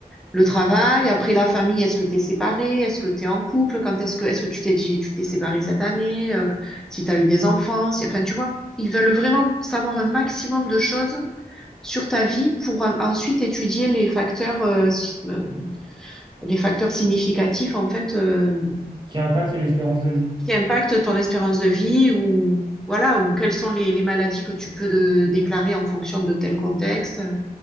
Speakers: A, in the centre; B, on the right.
A: le travail, après la famille, est-ce que tu es séparé, est-ce que tu es en couple, quand est-ce que est-ce que tu t'es dit tu t'es séparé cette année, euh, si tu as eu des enfants, si- enfin tu vois, ils veulent vraiment savoir un maximum de choses sur ta vie pour euh, ensuite étudier les facteurs euh, si- euh, les facteurs significatifs en fait euh,
B: qui impactent l'espérance de vie.
A: qui impactent ton espérance de vie ou voilà, ou quelles sont les, les maladies que tu peux de- déclarer en fonction de tel contexte.